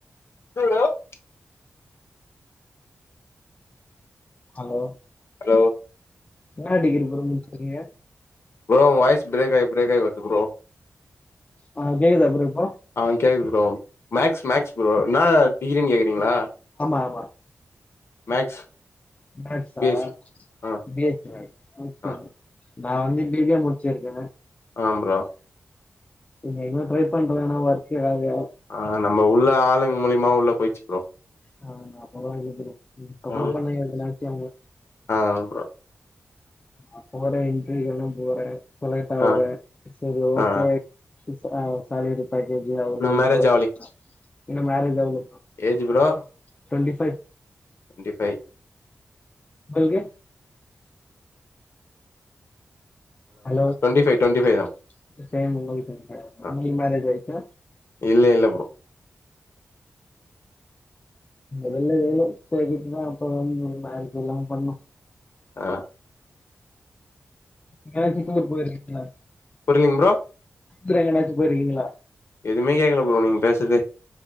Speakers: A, on the left; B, on the left.
A: <unintelligible>
B: ஹலோ
A: ஹலோ
B: இன்னா டிகிரி ப்ரோ முடிச்சிருக்கீங்க
A: ப்ரோ உங்க வாய்ஸ் பிரேக் ஆயி பிரேக் ஆயி வருது ப்ரோ
B: ஆ கேக்குதா ப்ரோ இப்போ
A: ஆ கேக்குது ப்ரோம் மேக்ஸ் மேக்ஸ் ப்ரோ னா டிகிரின் கேகுறீங்ளா
B: ஆமா ஆமா
A: மேக்ஸ்
B: மேக்ஸா
A: பி எஸ் சி ஆ
B: பி எஸ் சி மேக்ஸ்
A: ஆ
B: நா வந்து பீ கா ம் முடிச்சிருக்கே
A: ஆம் ப்ரோ
B: கொஞ்சோ இன்னு ட்ரைப் பண்றே ஆனா ஒர்க்கு எதாவ்தா
A: ஆ நம்ம உள்ள ஆளுங் மூலிமா உள்ளப் போயிட்ச்சி ப்ரோ
B: ஆ அப்பனா ஓகே ஃப்ரோ ம் சப்போட்
A: ஆ
B: பண்ணங்க எதனாச்சு அவுங்க
A: ஆ ப்ரோ
B: அப்போட இன்டெர்வியூகெல்லாம் போறே சொலைட் ஆவுறே
A: ஆ
B: செரி ஓகே
A: ஆ
B: <unintelligible> பேக்கேஜி அவ்ளோ
A: இன்னு மேரேஜ்
B: இவ்ளோச இன்னும் மேரேஜ் ஆவ்ல bro
A: age bro
B: twenty five
A: ண்டி ஃபை
B: பில்கே hello <unintelligible>
A: twenty five twenty five தா
B: உங்ளுகு
A: ஆ
B: மேரேஜ் ஆயிர்ச்சா
A: இல்ல இல்ல ப்ரோ
B: மொதல்ல வேல தேடிட்டு தா அப்றோ மேரேஜில்லா பண்ணு
A: அ
B: எதாச்சு டூர் போயிருக்கீங்களா
A: புரிலிங் ப்ரோ
B: டூரு எங்கனாச்சு போயிருக்கீங்களா
A: எதுமே கேக்கல ப்ரோ நீங்க பேசதே